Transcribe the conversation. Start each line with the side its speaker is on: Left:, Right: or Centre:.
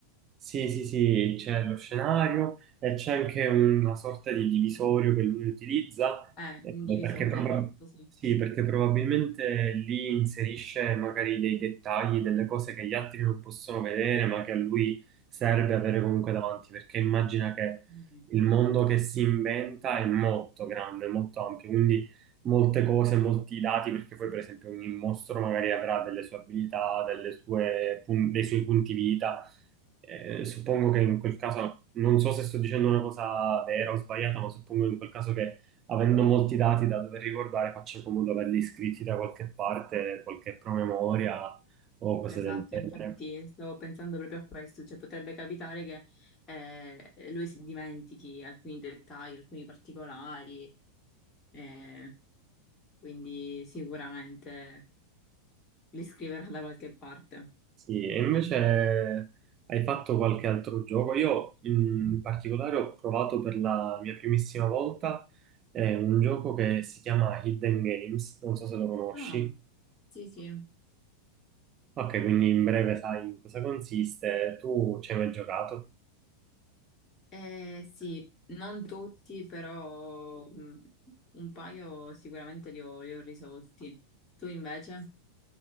Right: sì, sì, sì, c'è lo scenario e c'è anche una sorta di divisorio che lui utilizza
Left: eh,
Right: eh,
Left: indivisorio,
Right: perché, proba-
Left: esatto, sì.
Right: sì, perché probabilmente lì inserisce magari dei dettagli, delle cose che gli altri non possono vedere, ma che a lui serve avere comunque davanti, perché immagina che
Left: Mm.
Right: il mondo che si inventa è molto grande, molto ampio, quindi molte cose, molti dati, perché poi per esempio ogni mostro magari avrà delle sue abilità, delle sue pun- dei suoi punti vita. Eh, suppongo che in quel caso, non so se sto dicendo una cosa vera o sbagliata, ma suppongo in quel caso che avendo molti dati da dover ricordare, faccia comodo averli iscritti da qualche parte, qualche promemoria o cose
Left: Esatto,
Right: del genere.
Left: infatti stavo pensando proprio a questo, cioè potrebbe capitare che eh, lui si dimentichi alcuni dettagli, alcuni particolari, eh, quindi sicuramente li scriverà da qualche parte.
Right: Sì, e invece hai fatto qualche altro gioco? Io in particolare ho provato per la mia primissima volta eh, un gioco che si chiama Hidden Games, non so se lo conosci.
Left: Ah, sì, sì,
Right: Ok, quindi in breve sai in cosa consiste, tu ci hai mai giocato?
Left: Eh, sì, non tutti, però mh, un paio sicuramente li ho, li ho risolti. Tu invece?